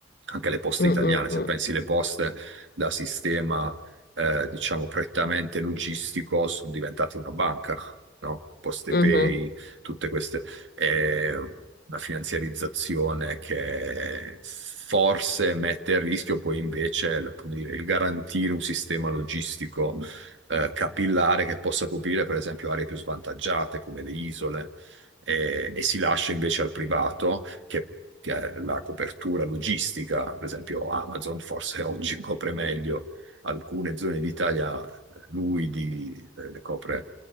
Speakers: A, on the right (about 85°); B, on the left (about 55°).
A: anche le poste
B: mm,
A: italiane.
B: mm, mm,
A: Se pensi le poste da sistema, eh, diciamo, prettamente logistico, sono diventate una banca, no? PostePay,
B: mhm,
A: tutte queste. È una finanziarizzazione che forse mette a rischio poi invece, come dire, il garantire un sistema logistico eh, capillare che possa coprire, per esempio, aree più svantaggiate come le isole, e, e si lascia invece al privato che, che ha la copertura logistica, per esempio Amazon forse <laughs> oggi copre meglio alcune zone d'Italia, eh, lui di- eh, le copre